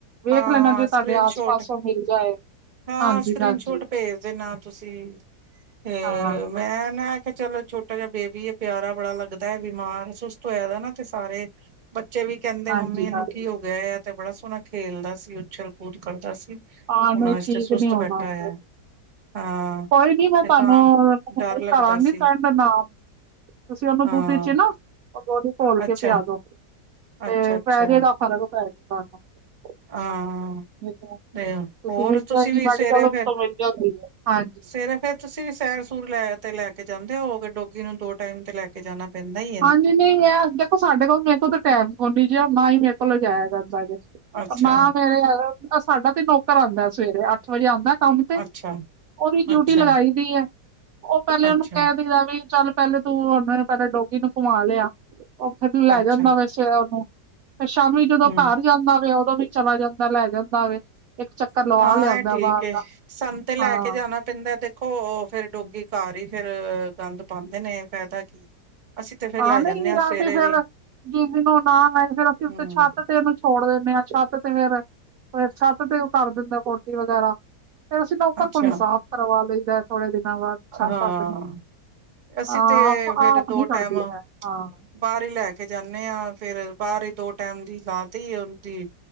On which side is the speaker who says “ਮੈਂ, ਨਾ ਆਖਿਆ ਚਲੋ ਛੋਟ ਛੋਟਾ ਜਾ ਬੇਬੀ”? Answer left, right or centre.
Right